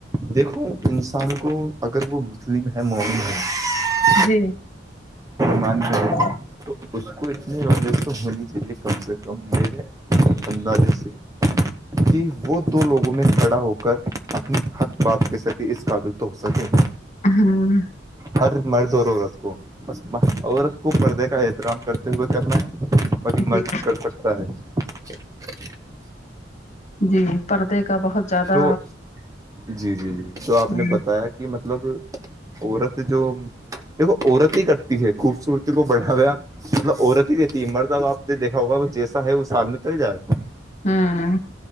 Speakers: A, on the right; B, on the left.
A: دیکھو انسان کو اگر وہ مسلم ہے مومن ہیں
B: جی
A: مان جے
B: ہاں
A: تو اس کو اتنے و تو ہونی چاہیے کم سے کم میرے اندازے سے کہ وہ دو لوگوں میں کھڑا ہو کر اپنی حق بات کی سک کہ اس قابل تو ہو سکے
B: ہوں
A: ہر مرد ہو رہو رہا اس کو بس بس عورت کو پردے کا احترام کرتے ہوئے کرنا ہے باقی
B: جی
A: مرد کر سکتا ہے <unintelligible>
B: جی پردے کا بہت زیادہ
A: تو جی جی جی تو آپ
B: ہ
A: نے بتایا کہ مطلب عورت جو دیکھو عورت ہی کرتی ہے خوبصورتی کو بڑھاویا مطلب عورت ہی دیتی ہے مردہ اب آپ نے دیکھا ہوگا جیسا ہے وہ سال میں تل جائے گا
B: ہاں